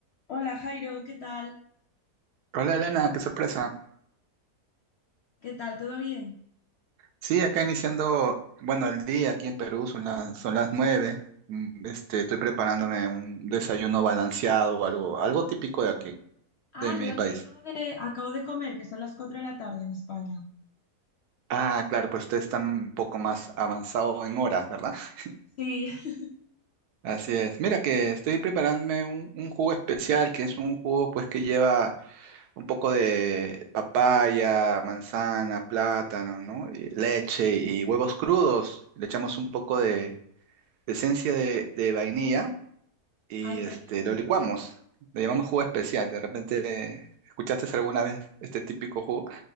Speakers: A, on the left; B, on the right.
A: Hola Jairo, ¿qué tal?
B: Hola Elena, qué sorpresa.
A: ¿Qué tal? ¿Todo bien?
B: Sí, acá iniciando, bueno, el día aquí en Perú son las, son las nueve. Mm, Este, estoy preparándome un desayuno balanceado, algo, algo típico de aquí,
A: Ah,
B: de mi
A: yo aquí
B: país.
A: acabo de, acabo de comer, que son las 4 de la tarde en España.
B: Ah, claro, pues ustedes están un poco más avanzado en horas, ¿verdad? <laughs>
A: Sí, <laughs>
B: Así es. Mira que estoy preparándome un, un jugo especial, que es un jugo pues que lleva un poco de papaya, manzana, plátano, ¿no? Y leche y huevos crudos. Le echamos un poco de esencia de, de vainilla y
A: ay, qué
B: este,
A: rico.
B: lo licuamos. Le llamamos jugo especial. De repente, ¿escuchaste alguna vez este típico jugo?